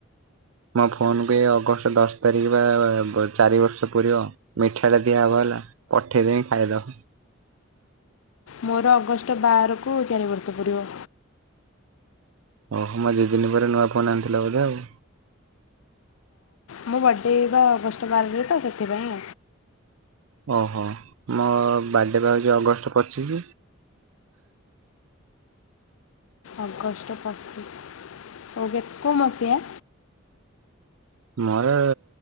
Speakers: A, on the right; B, on the left.
A: ମୋ ଫୋନକୁ ଅଗଷ୍ଟ ଦଶ ତାରିଖ ବା ଚାରି ବର୍ଷ ପୁରିବ। ମିଠା ଟା ଦିଆ ହବ ହେଲା ପଠେଇଦେମି ଖାଇଦବ।
B: ମୋର ଅଗଷ୍ଟ ବାର କୁ ଚାରି ବର୍ଷ ପୁରିବ।
A: ଓହ୍ ମ ଦୁଇ ଦିନ ପରେ ନୂଆ ଫୋନ ଆଣିଥିଲା ବୋଧେ ଆଉ।
B: ମୁଁ ବର୍ଥଡ଼େ ବା ଅଗଷ୍ଟ ବାରରେ ତ ସେଥିପାଇଁ
A: ଓହୋ ମୋ ବାର୍ଥଡେ ବା ହଉଛି ଅଗଷ୍ଟ ପଚିଶ।
B: ଅଗଷ୍ଟ ପଚିଶ ହଉ କେତେ ମସିହା?
A: ମୋର